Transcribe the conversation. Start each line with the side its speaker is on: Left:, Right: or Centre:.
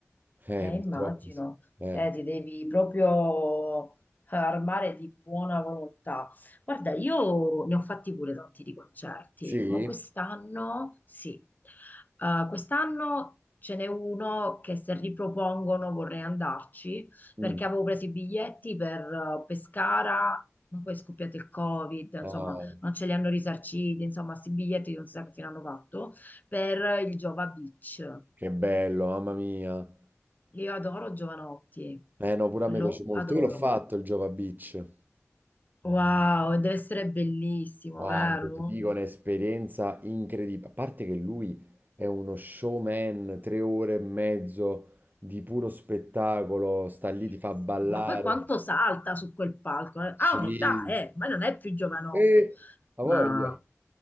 Right: Eh,
Left: Eh,
Right: purtroppo.
Left: immagino,
Right: sì. Eh.
Left: te ti devi proprio eh, armare di buona volontà. Guarda, io ne ho fatti pure tanti di concerti,
Right: Sì?
Left: ma quest'anno sì. Eh, quest'anno ce n'è uno che se ripropongono vorrei andarci
Right: Mm.
Left: perché avevo preso i biglietti per eh, Pescara, ma poi è scoppiato il Covid,
Right: Ah,
Left: insomma, non ce li hanno risarciti, insomma, questi biglietti non si sa che fine hanno fatto, per il Giova Beach.
Right: che bello, mamma mia.
Left: Io adoro Giovanotti,
Right: Eh no, pure a
Left: lo
Right: me piace molto.
Left: adoro.
Right: Io l'ho fatto il Jova Beach.
Left: Wow, deve essere bellissimo,
Right: Guarda,
Left: vero?
Right: ti dico un'esperienza incredibile. A parte che lui è uno showman, tre ore e mezzo di puro spettacolo, sta lì,
Left: Sì,
Right: ti fa
Left: sì.
Right: ballare.
Left: Ma poi quanto salta su quel palco? eh.
Right: Sì,
Left: Ha un'età, eh, ma non è più giovanotto,
Right: e ha
Left: ma
Right: voglia.